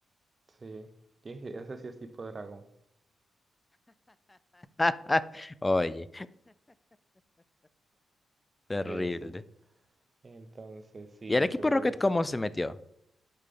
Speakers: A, on the right; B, on the left.
A: Sí, y sí, ese sí es tipo dragón.
B: <laughs> Oye, terrible.
A: Sí, sí. Entonces, sí,
B: ¿Y el
A: entonces,
B: equipo Rocket cómo se metió?